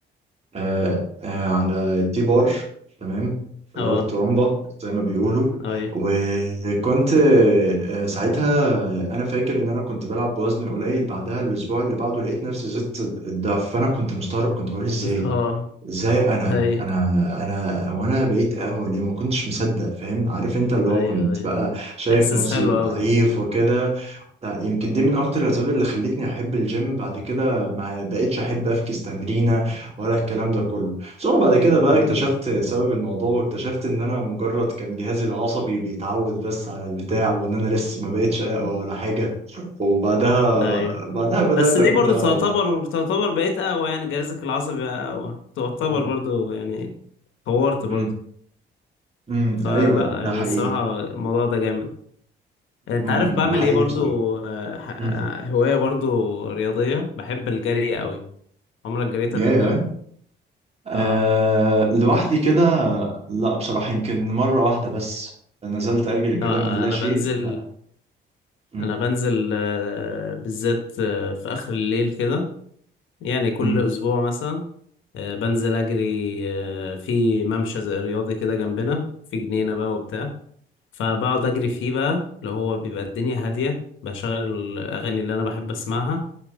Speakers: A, on the right; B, on the left.
A: آه آه على التي بار تمام
B: اه
A: اللي هو الترومبا زي ما بيقولوا
B: ايوه
A: وكنت آه ساعتها انا فاكر ان انا كنت بلعب بوزن قليل بعدها الاسبوع اللي بعده لقيت نفسي زدت الضعف فانا كنت مستغرب كنت بقول ازاي
B: <laughs> اه
A: ازاي انا
B: ايوه
A: انا انا وانا بقيت قهوه ليه ما كنتش مصدق فاهم عارف انت اللي
B: ايوه
A: هو كنت
B: ايوه
A: بقى شايف
B: احساس
A: نفسي
B: حلو
A: ضعيف
B: قوي ده
A: وكده لا يمكن دي من اكتر الاسباب اللي خلتني احب الجيم بعد كده ما بقتش احب افكس تمرينه ولا الكلام ده كله ثم بعد كده بقى
B: امم
A: اكتشفت سبب الموضوع واكتشفت ان انا مجرد كان جهازي العصبي بيتعود بس على البتاع وان انا لسه ما بقتش اقوى ولا حاجه وبعدها
B: ايوه
A: بعدها بدات
B: بس دي
A: اكون
B: برضو
A: اقوى
B: تعتبر
A: بقى
B: تعتبر بقيت اقوى يعني جهازك العصبي بقى اقوى تعتبر
A: امم
B: برضو يعني طورت برضو
A: امم أمم،
B: فلا
A: ايوه ده
B: يعني
A: حقيقي
B: الصراحة الموضوع ده جامد انت
A: امم
B: عارف
A: أمم،
B: بعمل
A: ده حقيقي
B: ايه برضو
A: بصراحه
B: آه، ح- آه،
A: امم
B: هواية برضو رياضية بحب الجري قوي عمرك جريت
A: ياه
B: قبل كده
A: أه
B: اه
A: لوحدي كده لا بصراحة يمكن مرة واحدة بس نزلت أجري
B: لا
A: كده من اللا
B: انا
A: شيء
B: بنزل
A: لا م-
B: انا بنزل آه، بالذات آه، في اخر الليل كده يعني كل
A: م-
B: اسبوع مثلا آه، بنزل اجري آه، في ممشى زي رياضي كده جنبنا في جنينه بقى وبتاع فبقعد اجري فيه بقى اللي هو بيبقى الدنيا هاديه بشغل الاغاني اللي انا بحب اسمعها